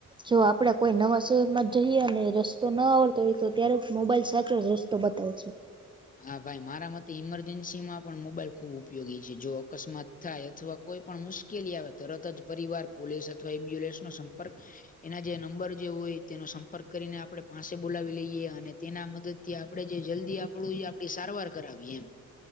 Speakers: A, on the right (about 15°); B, on the left (about 25°).
A: જો આપણે કોઈ નવા શહેરમાં જઈએ અને રસ્તો ન આવડતો હોય, તો ત્યારે મોબાઈલ સાચો રસ્તો તો બતાવ છે.
B: હા ભાઈ મારા મતે ઇમરજન્સીમાં પણ મોબાઇલ ખૂબ ઉપયોગી છે. જો અકસ્માત થાય અથવા કોઈ પણ મુશ્કેલી આવે તો તરત જ પરિવાર, પોલીસ અથવા એમ્બ્યુલન્સનો સંપર્ક એના જે નંબર જે હોય તેનો સંપર્ક કરીને આપણે તેમને પાસે બોલાવી લઈએ અને તેના મદદ થી આપણે જલ્દીથી આપણી સારવાર કરાવી એ